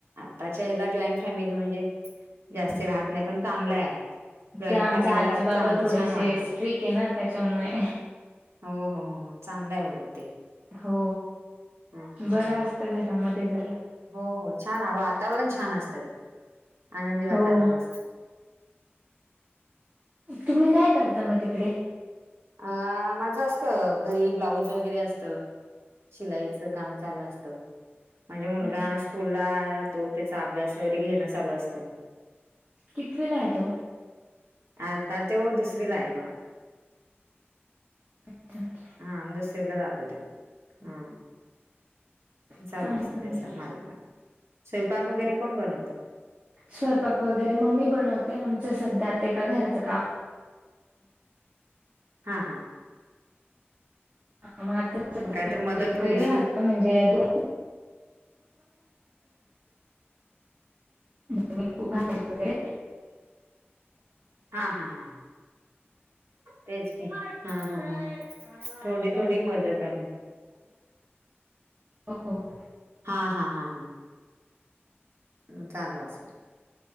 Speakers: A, on the right; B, on the right.
A: आजच्या हेला जॉईंट फॅमिली म्हणजे जास्ती राहत नाही पण चांगलं आहे. जॉईंट
B: ते आमचे
A: फॅमिली
B: आजी
A: जात
B: बाबा
A: चांगलं
B: थोडेशे
A: छान वाटतं.
B: स्ट्रिक्ट हेना त्याच्यामुळे
A: हो हो हो हो चांगलय उलट ते.
B: हो
A: हां, हां,
B: बरं
A: हां, हां.
B: असत घरामध्ये मध्येजरा
A: हो हो छान वातावरण छान असतं. आनंदी वातावरणं
B: हो
A: असत.
B: तुम्ही काय करता म तिकडे?
A: अ माझं असत घरी ब्लाऊज वगैरे असत. शिलाईचं काम चालू असतं. माजे मुलगा
B: अच्छा
A: स्कूला जातो त्याचा अभ्यास वगैरे घेणं चालू असतं.
B: कितवीला आहे तो.
A: आता त्यो दुसरी ला आहे बघा.
B: अच्छा अच्छा अच्छा,
A: हा, दुसरीला जातो तो हा,
B: चांगले
A: चालु असं
B: चांगले
A: त्याच माझ पण स्वयंपाक वगैरे कोण बनवत?
B: स्वंयपाक वगैरे मम्मी बनवते आमच सध्या आता एका घराचं काम.
A: हा हा,
B: हा, मग आता
A: मग कायत मदत
B: वेगवेगळे
A: थोडीशी
B: राहतात. त म्हणजे दोन <inaudible> <inaudible> खूप भाजी वैगेरे
A: हा हा हा तेच की हा हा हा, के काय बाई थोडी थोडी मदत आपली.
B: हो हो <inaudible>
A: हा हा हा हा, म चालू असेल